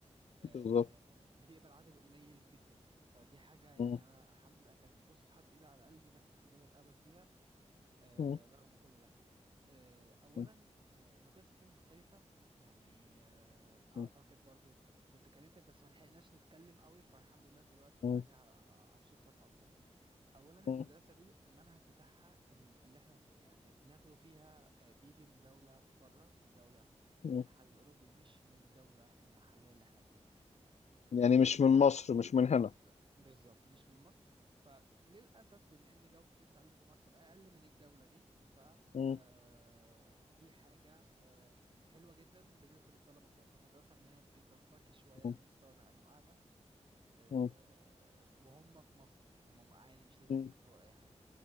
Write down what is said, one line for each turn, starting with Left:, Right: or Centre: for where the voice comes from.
Right: آه،
Left: بالظبط
Right: بتقبل عدد قليل جدا فدي حاجه يعني
Left: مم.
Right: انا الحمد لله كان بص حاطط ايدي على قلبي بس الحمد لله اتقبل فيها آه،
Left: مم.
Right: رغم كل ده آه، أولا
Left: مم.
Right: آه، المدرسة دي مختلفة يعني آه، أعتقد
Left: مم.
Right: برضو كنت كلمتك بس ما لحقناش نتكلم قوي فالحمد لله دلوقتي
Left: مم.
Right: يعني ه- ه- هوصف لك أكتر أولا المدرسة
Left: مم.
Right: دي المنهج بتاعها ال- اللي احنا يعني بناخده فيها آه، بيجي من دولة بره من دولة في
Left: مم.
Right: الاتحاد الأوروبي مش من الدولة المحلية اللي احنا فيها
Left: يعني مش من مصر مش من هنا
Right: بالظبط بالظبط مش من مصر فللأسف بما إن جودة التعليم في مصر أقل من الدولة دي ف
Left: مم.
Right: آه، دي حاجة آه، حلوة جدا بالنسبة للطلبة بتاعة المدرسة إن هي بترتقي شوية
Left: مم.
Right: لمستوى تعليم أعلى آه،
Left: مم.
Right: وهم في مصر يعني هم عادي مش لازم
Left: مم.
Right: يسافروا ولا أي حاجة